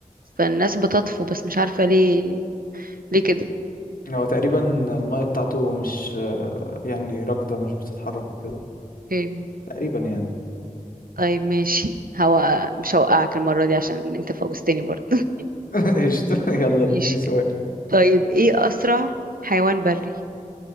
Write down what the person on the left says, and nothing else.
هو تقريبا المية بتاعته مش آه، يعني راكدة مش بتتحرك وكده
تقريبا يعني
<laughs> قشطة يلا اديني
سؤال